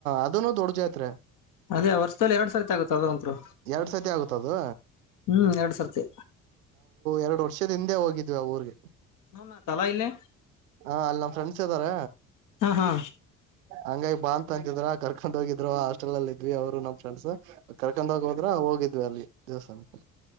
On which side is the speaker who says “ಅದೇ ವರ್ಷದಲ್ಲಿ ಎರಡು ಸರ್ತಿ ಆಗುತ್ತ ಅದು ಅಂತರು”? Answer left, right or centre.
Left